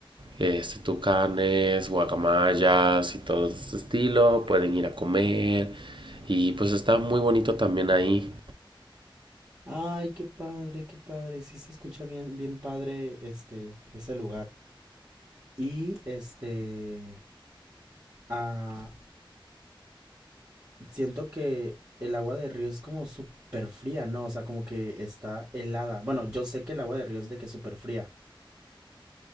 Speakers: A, on the right; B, on the right.
A: este, tucanes, guacamayas y todo ese estilo, pueden ir a comer y pues está muy bonito también ahí.
B: Ay, qué padre, qué padre. Sí se escucha bien, bien padre este, ese lugar. Y este, ah, siento que el agua de río es como súper fría, ¿no? O sea, como que está helada. Bueno, yo sé que el agua de río es de que súper fría.